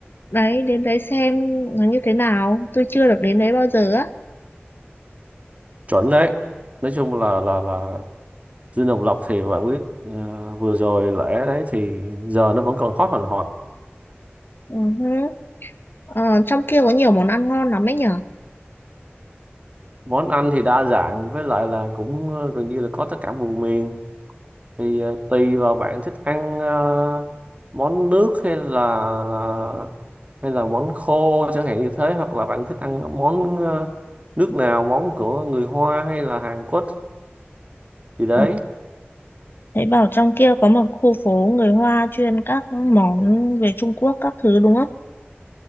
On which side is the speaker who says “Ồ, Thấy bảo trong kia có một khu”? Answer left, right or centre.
Left